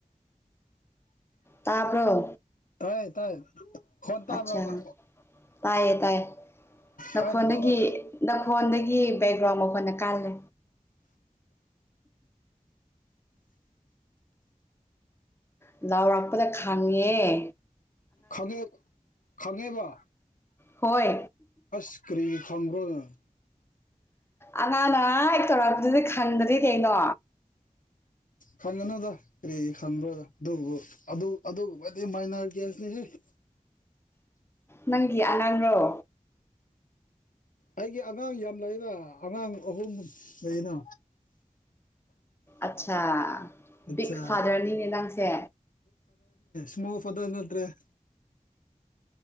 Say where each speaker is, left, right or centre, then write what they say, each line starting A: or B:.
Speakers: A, on the left; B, on the left.
A: ꯇꯥꯕ꯭ꯔꯣ
B: ꯇꯥꯏ ꯇꯥꯏ ꯈꯣꯟ ꯇꯥꯕ꯭ꯔꯕ
A: ꯑꯠꯁꯥ ꯇꯥꯏꯌꯦ ꯇꯥꯏꯌꯦ ꯅꯈꯣꯟꯗꯒꯤ
B: ꯀꯥꯏꯗꯅꯣꯕ
A: ꯅꯈꯣꯟꯗꯒꯤ ꯒꯤ ꯕꯦꯛꯒ꯭ꯔꯥꯎꯟ ꯃꯈꯣꯜꯅ ꯀꯥꯜꯂꯦ ꯂꯥꯎꯔꯥꯛꯄꯗ ꯈꯥꯡꯉꯦꯑꯦ
B: ꯈꯪꯉꯦ ꯈꯪꯉꯦꯕ
A: ꯍꯣꯏ
B: ꯑꯁ ꯀ꯭ꯔꯤ ꯈꯪꯕ꯭ꯔꯣꯅꯪ
A: ꯑꯉꯥꯡꯅ ꯍꯥꯏ ꯇꯧꯔꯛꯄꯗꯨꯗꯤ ꯈꯪꯗꯗꯤ ꯀꯩꯅꯣ
B: ꯈꯪꯒꯅꯨꯗ ꯀꯔꯤꯒꯤ ꯈꯪꯕ꯭ꯔꯗ ꯑꯗꯨꯕꯨ ꯑꯗꯨ ꯑꯗꯨꯒꯨꯝꯕꯗꯤ ꯃꯥꯏꯅꯔ ꯀꯦꯁꯅꯤ ꯍꯩ <inaudible>
A: ꯅꯪꯒꯤ ꯑꯉꯥꯡꯔꯣ
B: ꯑꯩꯒꯤ ꯑꯉꯥꯡ ꯌꯥꯝ ꯂꯩꯗ ꯑꯉꯥꯡ ꯑꯍꯨꯝ ꯁꯨꯏꯅ
A: ꯑꯠꯁꯥ
B: ꯑꯠꯆꯥ
A: ꯕꯤꯒ ꯐꯥꯗꯔꯅꯤꯅꯦ ꯅꯪꯁꯦ
B: ꯁꯃꯣꯜ ꯐꯥꯗ꯭ꯔ ꯅꯠꯇ꯭ꯔꯦ